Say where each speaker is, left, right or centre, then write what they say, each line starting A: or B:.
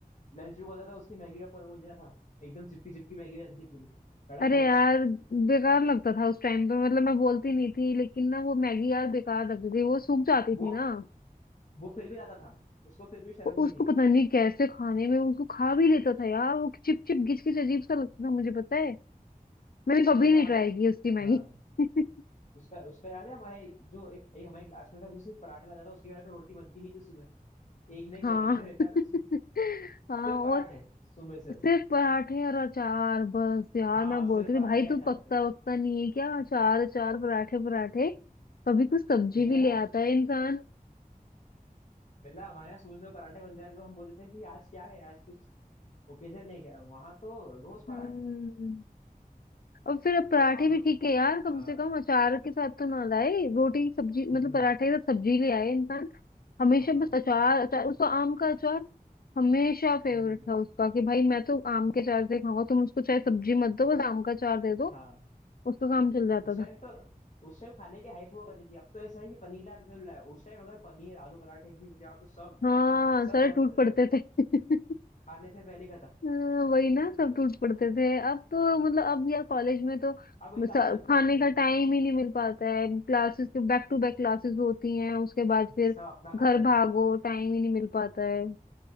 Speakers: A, on the left; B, on the left.
A: लंच में खाता था उसकी मैगी का पर वो नहीं था एकदम चिपकी चिपकी मैगी रहती थी पूरी कड़क
B: अरे
A: कड़क
B: यार
A: सी
B: बेकार लगता था उस टाइम पे मतलब मैं बोलती नहीं थी लेकिन ना वो मैगी यार बेकार लगती थी वो सूख जाती थी
A: वो
B: ना
A: वो फिर भी लाता था उसको फिर भी शर्म
B: वो
A: नहीं
B: उसको
A: थी
B: पता नहीं कैसे खाने में उसको खा भी लेता था यार वो चिप चिप घिच घिच
A: हम्म।
B: अजीब सा लगता था मुझे पता है मैंने कभी
A: और एक हमारा
B: नहीं ट्राई की उसकी मैगी
A: हाँ
B: <laughs>
A: उसका उसका याद है हमारा एक- जो एक, एक हमारे क्लास में था जो सिर्फ पराठे लाता था उसके घर पे रोटी बनती नहीं थी सुबह एक नई
B: हाँ
A: कैरेक्टर रहता
B: <laughs>
A: ना उसमें।
B: हाँ
A: सिर्फ पराठे
B: और
A: सुबह से
B: सिर्फ पराठे और अचार बस यार
A: हाँ
B: मैं बोलती
A: सिर्फ पराठे
B: थी भाई तू
A: अचार
B: पकता
A: से
B: वकता नहीं है क्या अचार अचार पराठे पराठे कभी कुछ सब्जी
A: मैंने
B: भी
A: बोला
B: ले आता है इंसान
A: बिल्ला हमारे यहाँ सुबह सुबह पराठे बन जाते तो हम बोलते थे कि आज क्या है आज कुछ ओकेजन नहीं क्या वहां तो रोज पराठे
B: हम्म और फिर अब पराठे
A: और आलू
B: भी ठीक है यार कम
A: हाँ
B: से कम अचार के साथ तो ना लाए रोटी सब्जी
A: <laughs>
B: मतलब पराठे के साथ सब्जी ले आए इंसान हमेशा
A: हाँ हाँ
B: बस अचार अचार उसका आम का अचार हमेशा फेवरेट
A: हम्म,
B: था उसका कि भाई मैं तो आम के अचार से खाऊंगा तुम उसको चाहे सब्जी मत दो बस आम का अचार दे दो
A: हाँ
B: उसका काम चल जाता
A: उस टाइम
B: था
A: तो उस टाइम खाने की हाइप हुआ करती थी अब तो ऐसा है कि पनीर लाया तो चल लाया उस टाइम अगर पनीर आलू पराठे ये चीज लाओ तो सब
B: हाँ
A: सब
B: सारे
A: दौड़
B: टूट
A: पड़ते
B: पड़ते
A: थे
B: थे <laughs>
A: खाने से पहले ही खत्म
B: हाँ, वही ना सब टूट पड़ते थे अब तो मतलब अब यार कॉलेज में तो
A: अब इतना
B: स-
A: हाँ इतना
B: खाने
A: वो नहीं
B: का टाइम ही नहीं मिल पाता है क्लासेस के बैक टू बैक क्लासेस होती हैं उसके बाद फिर
A: सब अपना खाते
B: घर
A: हैं
B: भागो टाइम ही नहीं मिल पाता है